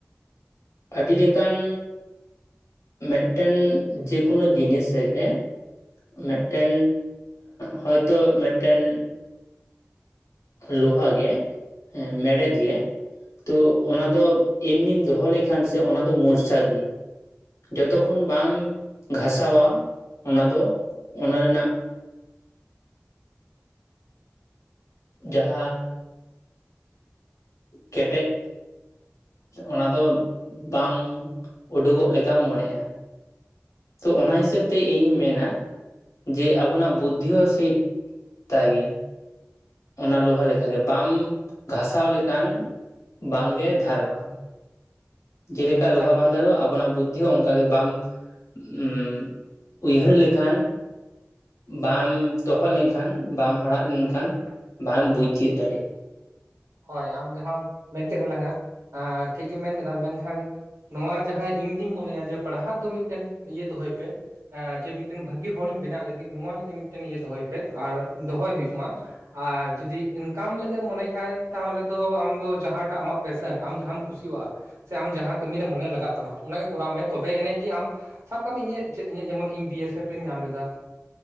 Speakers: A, on the left; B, on the right.
A: ᱟᱹᱰᱤ ᱞᱮᱠᱟᱱ ᱢᱮᱱᱴᱮᱱ ᱡᱮᱠᱳᱱᱳ ᱡᱤᱱᱤᱥ ᱨᱮᱜᱮ ᱢᱮᱱᱴᱮᱱ ᱦᱳᱭᱛᱚ ᱢᱮᱱᱴᱮᱱ᱾ ᱞᱳᱦᱟ ᱜᱮ ᱦᱮᱸ ᱢᱮᱲᱦᱮᱫ ᱜᱮ᱾ ᱛᱚ ᱚᱱᱟ ᱫᱚ ᱮᱢᱱᱤᱢ ᱫᱚᱦᱚ ᱞᱮᱠᱷᱟᱱ ᱥᱮ ᱚᱱᱟ ᱫᱚ ᱢᱚᱨᱪᱷᱟᱜ ᱜᱮᱭᱟ᱾ ᱡᱚᱛᱚ ᱠᱷᱚᱱ ᱵᱟᱢ ᱜᱷᱟᱥᱟᱣᱟ ᱚᱱᱟ ᱫᱚ ᱚᱱᱟ ᱨᱮᱱᱟᱜ ᱡᱟᱦᱟᱸ ᱠᱮᱴᱮᱡ᱾ ᱚᱱᱟ ᱫᱚ ᱵᱟᱝ ᱳᱰᱳᱠᱚᱜ ᱞᱮᱠᱟᱢ ᱢᱚᱱᱮᱜ-ᱟ᱾ ᱛᱚ ᱚᱱᱟ ᱦᱤᱥᱟᱹᱵ ᱛᱮ ᱤᱧ ᱢᱮᱱᱟ, ᱡᱮ ᱟᱵᱚᱱᱟᱜ ᱵᱩᱫᱽᱫᱷᱤ ᱦᱚᱸ ᱥᱮ ᱛᱟᱭ ᱜᱤᱭᱟ᱾ ᱚᱱᱟ ᱞᱳᱦᱟ ᱞᱮᱠᱟ ᱜᱮ ᱵᱟᱢ ᱜᱷᱟᱥᱟᱣ ᱞᱮᱠᱷᱟᱱ ᱵᱟᱝᱜᱮ ᱫᱷᱟᱨᱚᱜ᱾ ᱡᱮᱞᱮᱠᱟ
B: ᱟᱪᱪᱷᱟ
A: ᱞᱳᱦᱟ ᱵᱟᱝ ᱫᱷᱟᱨᱚᱜ-ᱟ, ᱟᱵᱚᱱᱟᱜ ᱵᱩᱫᱽᱫᱷᱤ ᱦᱚᱸ ᱚᱱᱠᱟ ᱜᱮ ᱵᱟᱢ ᱦᱩᱸ, ᱩᱭᱦᱟᱹᱨ ᱞᱮᱠᱷᱟᱱ ᱵᱟᱢ ᱛᱚᱦᱚᱫ ᱞᱮᱱᱠᱷᱟᱱ ᱵᱟᱢ ᱦᱟᱲᱟᱜ ᱞᱮᱱᱠᱷᱟᱱ ᱵᱟᱢ ᱵᱩᱡᱽ ᱛᱤᱭᱳᱜ ᱫᱟᱲᱮᱭᱟᱜ-ᱟ᱾
B: ᱦᱳᱭ ᱟᱢ ᱡᱟᱦᱟᱸᱢ ᱢᱮᱱ ᱠᱮᱫ ᱛᱟᱞᱟᱝ-ᱟ, ᱴᱷᱤᱠ ᱜᱮᱢ ᱢᱮᱱ ᱠᱮᱫᱟ ᱢᱮᱱᱠᱷᱟᱱ ᱱᱚᱣᱟ ᱡᱟᱦᱟᱸᱭ ᱤᱧ ᱫᱩᱧ ᱢᱚᱱᱮᱭᱟ ᱡᱮ ᱯᱟᱲᱦᱟᱜ ᱫᱚ ᱢᱤᱫᱴᱮᱱ ᱤᱭᱟᱹ ᱫᱚᱦᱚᱭ ᱯᱮ᱾ ᱡᱮ ᱢᱤᱫᱴᱮᱱ ᱵᱷᱟᱹᱜᱤ ᱦᱚᱲᱤᱧ ᱵᱮᱱᱟᱜ ᱞᱟᱹᱜᱤᱫ ᱱᱚᱣᱟ ᱞᱟᱹᱜᱤᱫ ᱢᱤᱫᱴᱮᱱ ᱤᱭᱟᱹ ᱫᱚᱦᱚᱭ ᱯᱮ ᱟᱨ ᱫᱚᱦᱚᱭ ᱦᱩᱭᱩᱜ ᱢᱟ᱾ ᱟᱨ ᱡᱩᱫᱤ ᱤᱱᱠᱟᱢ ᱞᱟᱹᱜᱤᱫ ᱮᱢ ᱢᱚᱱᱮᱭᱮᱜ ᱠᱷᱟᱡ ᱛᱟᱦᱚᱞᱮ ᱫᱚ ᱟᱢ ᱫᱚ ᱡᱟᱦᱟᱸᱴᱟᱜ ᱟᱢᱟᱜ ᱯᱮᱥᱮᱱ ᱟᱢ ᱡᱟᱦᱟᱸᱟᱢ ᱠᱩᱥᱤᱣᱟᱜ-ᱟ᱾ ᱥᱮ ᱟᱢ ᱡᱟᱦᱟᱸ ᱠᱟᱹᱢᱤᱨᱮ ᱢᱚᱱᱮ ᱞᱟᱜᱟᱜ ᱛᱟᱢᱟ ᱚᱱᱟᱜᱮ ᱠᱚᱨᱟᱣ ᱢᱮ ᱛᱚᱵᱮ ᱮᱱᱮᱡ ᱜᱮ ᱟᱢ ᱥᱟᱵ ᱠᱟᱜ ᱢᱮ ᱤᱧᱟᱹᱜ ᱡᱮᱢᱚᱱ ᱤᱧ ᱵᱤ ᱮᱥ ᱮᱯᱷ ᱤᱧ ᱧᱟᱢ ᱞᱮᱫᱟ᱾